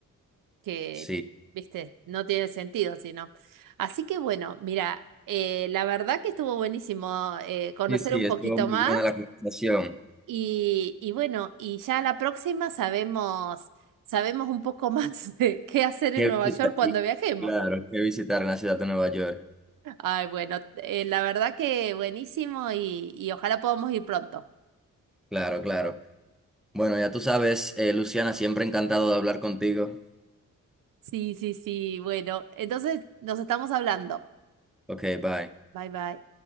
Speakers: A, on the right; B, in the centre.
A: que,
B: sí,
A: viste, no tiene sentido, sino. Así que bueno, mira, eh, la verdad que estuvo buenísimo eh, conocer
B: sí, sí,
A: un
B: estuvo
A: poquito
B: muy
A: más
B: buena la conversación.
A: y, y bueno, y ya la próxima sabemos, sabemos un poco más <laughs> de qué hacer
B: ¿Qué
A: en Nueva
B: visitar?
A: York cuando
B: Y,
A: viajemos.
B: claro, qué visitar en la ciudad de Nueva York,
A: Ay, bueno, eh, la verdad que buenísimo y, y ojalá podamos ir pronto.
B: claro, claro. Bueno, ya tú sabes, eh, Luciana, siempre encantado de hablar contigo.
A: Sí, sí, sí, bueno, entonces nos estamos hablando.
B: Ok, bye.
A: Bye, bye.